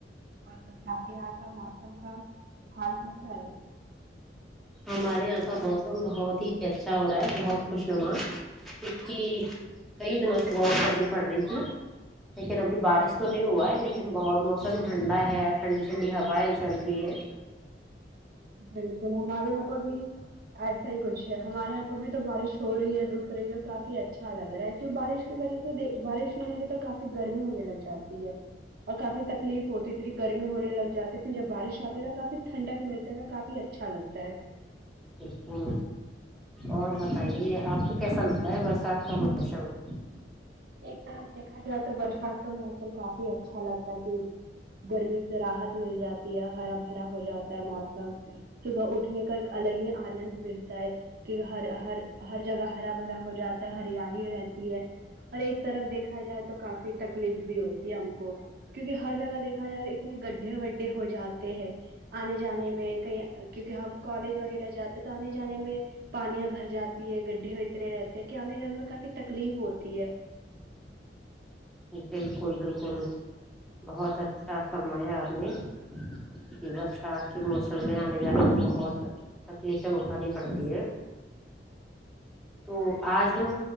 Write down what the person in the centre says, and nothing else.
ہمارے یہاں کا موسم بہت ہی اچھا ہو رہا ہے بہت خوشنما کیوں کہ کئی دنوں سے بہت گرمی پڑ رہی ہو لیکن ابھی بارش تو نہیں ہوا ہے لیکن بہت موسم ٹھنڈا ہے ٹھنڈی ٹھنڈی ہوائیں چل رہی ہیں
بالکل اور بتائیے آپ کو کیسا لگتا ہے برسات کا موسم
بالکل بالکل بہت اچھا فرمایا آپ نے پھر برسات کے موسم میں آنے جانے بہت تکلیفیں اٹھانی پڑتی ہے تو
آج ہم